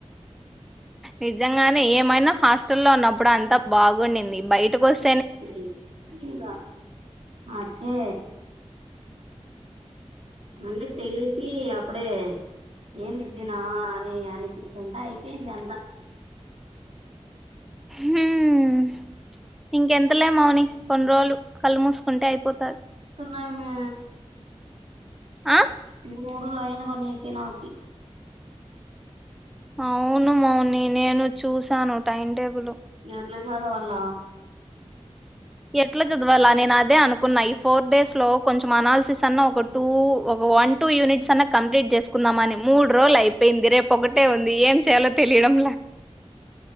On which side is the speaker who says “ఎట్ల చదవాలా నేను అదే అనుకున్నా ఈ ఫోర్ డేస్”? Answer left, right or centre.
Centre